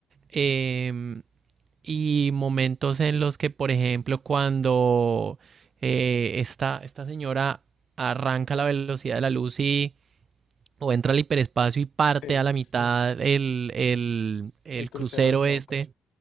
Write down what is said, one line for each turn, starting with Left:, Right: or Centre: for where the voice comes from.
Right: Em, y momentos en los que, por ejemplo, cuando eh, esta, esta señora arranca a la velocidad de la luz y o entra al hiperespacio y parte
Left: Sí.
Right: a la mitad el, el, el
Left: El crucero
Right: crucero
Left: de Snoke.
Right: este